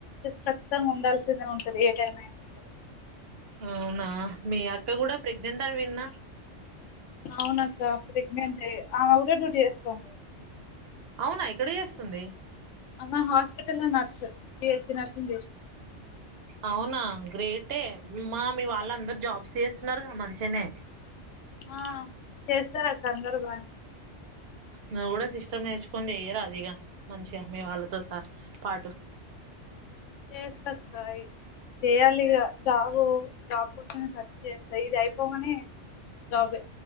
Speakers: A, on the left; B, on the right.
A: ఖచ్చితంగా ఉండాల్సిందే ఉంటది ఏ టైం అయినా సరే
B: అవునా మీ అక్క కూడా ప్రెగ్నెంట్ అని విన్న
A: అవునక్క ప్రెగ్నెంట్ ఆమె కూడా డ్యూటీ చేస్తుండంది
B: అవునా ఇక్కడే చేస్తుంది
A: అమ్మా హాస్పిటల్ లో నర్స్ బిఎస్సి నర్సింగ్ చేసినా
B: అవునా గ్రేటే మా మీ వాళ్ళ అందరు జాబ్స్ చేస్తున్నారు గా మంచిగానే
A: ఆ చేస్తారు అక్క అందరూ బాగా
B: నువ్వు కూడా సిస్టమ్ నేర్చుకోని చేయ్యరా ఇగా మంచిగా మీ వాళ్ళతో స పాటు
A: <inaudible> చేయాలి ఇగ జాబ్ జాబ్ కోసమే సర్చ్ చేస్తయి ఇది అయిపోగానే తవే